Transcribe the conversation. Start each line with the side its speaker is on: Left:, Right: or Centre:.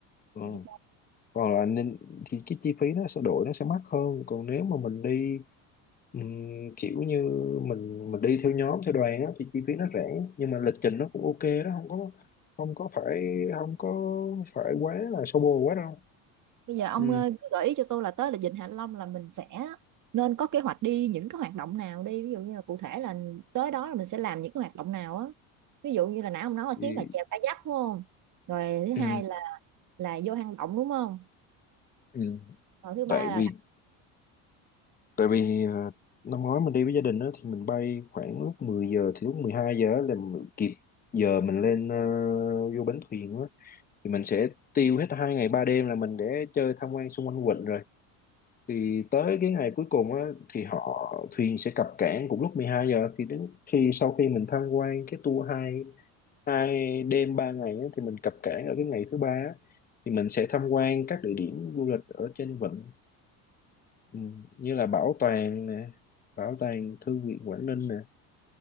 Left: ừ.
Right: Trời đất ơi.
Left: còn là nên thì cái chi phí nó sẽ đổi nó sẽ mắc hơn còn nếu mà mình đi Ừm, kiểu như mình mình đi theo nhóm theo đoàn á, thì chi phí nó rẻ nhưng mà lịch trình nó cũng ok đó không có không có phải không có phải quá là xô bồ quá đâu
Right: Bây giờ ông
Left: ừ.
Right: ờ, cứ gợi ý cho tôi là tới là Vịnh Hạ Long là mình sẽ nên có kế hoạch đi những cái hoạt động nào đi ví dụ như là cụ thể là tới đó là mình sẽ làm những cái hoạt động nào á ví dụ như là nãy ông nói là
Left: Thì,
Right: chuyến là chèo kayak đúng không rồi thứ hai
Left: ừ.
Right: là là vô hang động đúng không
Left: Ừ.
Right: rồi thứ ba
Left: tại
Right: là
Left: vì
Right: đặt
Left: tại vì ờ, năm ngoái mình đi với gia đình đó thì mình bay khoảng lúc 10 giờ thì lúc 12 giờ á là mình kịp giờ mình lên ờ, vô bến thuyền á thì mình sẽ tiêu hết hai ngày ba đêm là mình để chơi tham quan xung quanh quận thì tới cái ngày cuối cùng á, thì họ thuyền sẽ cập cảng cùng lúc mười hai giờ thì đến khi sau khi mình tham quan cái tour hai hai đêm ba ngày á, thì mình cập cảng ở cái ngày thứ ba á. thì mình sẽ tham quan các địa điểm du lịch ở trên vịnh ừ, như là bảo tàng nè bảo tàng thư viện Quảng Ninh nè